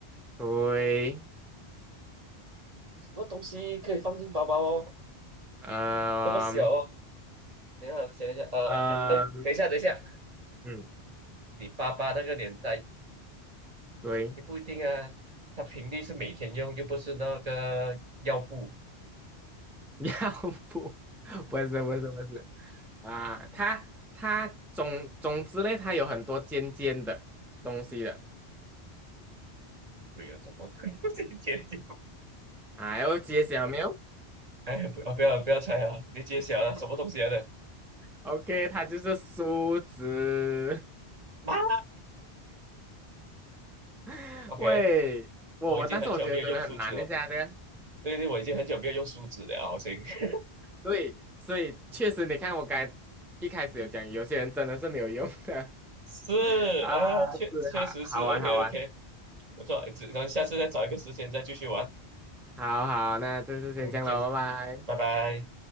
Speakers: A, in the centre; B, on the right.
A: 对，
B: 么东西可以放进包包哦？
A: 呃，
B: 这么小哦？等一下，等一下，呃，
A: 呃，
B: 哎，等一下，等一下，
A: 嗯，
B: 你爸爸那个年代
A: 对，
B: 也不一定啊。他平地是每天用，又不是那个药布。
A: <laughs> 要不，<laughs> 不是不是不是啊，它它总总之类，它有很多尖尖的东西的
B: 没有，怎么 <laughs> 可能是一天天？
A: 啊，要揭晓没有
B: 哎，不要不要不要猜啊！你揭晓了，什么东西来的？
A: ？OK，它就是梳子。
B: 妈
A: <laughs>
B: <laughs>，OK，
A: 喂，我我，
B: 我已经很久没有用数字了。
A: 但是我觉得真的很难一嗯下的，
B: 对对，我已经很久没有用梳子了，好像 <laughs>
A: 对，所以确实你看我该一开始有讲，有些人真的是没有用的 <laughs>
B: 是
A: 啊，
B: 啊，确确实是
A: 是好好玩好玩，
B: OK OK，不错，只咱下次再找一个时间再继续玩，
A: 好好，那这次先这样了，
B: 嗯，见，
A: 拜拜。
B: 拜拜。